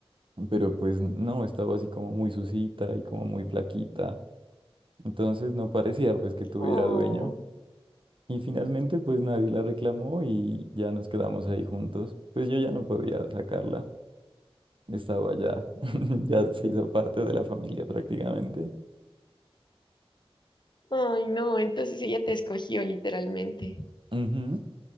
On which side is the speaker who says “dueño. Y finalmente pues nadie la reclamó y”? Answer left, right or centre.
Right